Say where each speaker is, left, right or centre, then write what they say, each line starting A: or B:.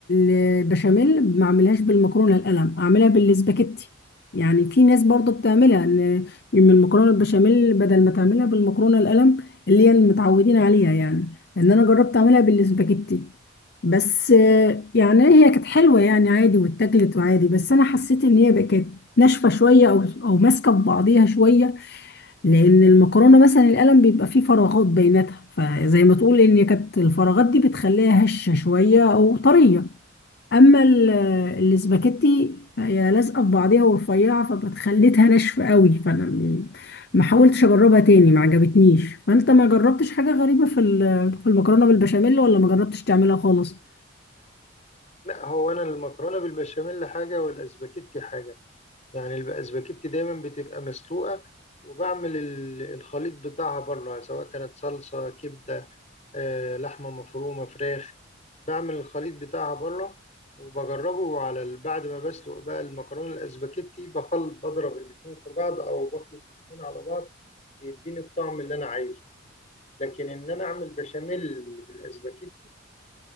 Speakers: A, on the left; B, on the left.
A: البشاميل ما اعملهاش بالمكرونه القلم اعملها بالسباكيتي يعني في ناس برضو بتعملها ان من المكرونه البشاميل بدل ما تعملها بالمكرونه القلم اللي هي المتعودين عليها يعني لان انا جربت اعملها بالسباكيتي بس آه، يعني هي كانت حلوه يعني عادي واتاكلت وعادي بس انا حسيت ان هي بقت ناشفه شويه او او ماسكه في بعضيها شويه لان المكرونه مثلا القلم بيبقى فيه فراغات بيناتها فزي ما تقول ان كانت الفراغات دي بتخليها هشه شويه او طريه اما ال- الاسباجيتي هي لازقه في بعضيها ورفيعه فبتخليتها ناشفه قوي فانا م- ما حاولتش اجربها تاني ما عجبتنيش فانت ما جربتش حاجه غريبه في ال- في المكرونه بالبشاميل ولا ما جربتش تعملها خالص
B: لا هو أنا المكرونة بالبشاميل حاجة والأسباجيتي حاجة يعني الاسباجيتي دايما بتبقى مسلوقه وبعمل ال- الخليط بتاعها بره سواء كانت صلصه كبده آه، لحمه مفرومه فراخ بعمل الخليط بتاعها بره وبجربه على ال- بعد ما بسلق بقى المكرونه الاسباجيتي بخل بضرب الاتنين في بعض او بخلط الاتنين على بعض بيديني الطعم اللي انا عايزه لكن ان انا اعمل بشاميل بالاسباجيتي